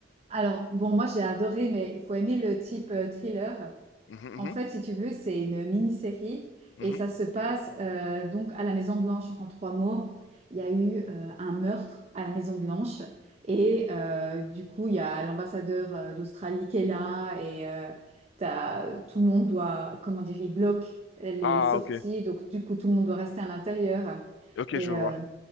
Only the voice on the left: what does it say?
Mhm,
mhm,
mhm.
Ah,
ok.
Ok,
je vois.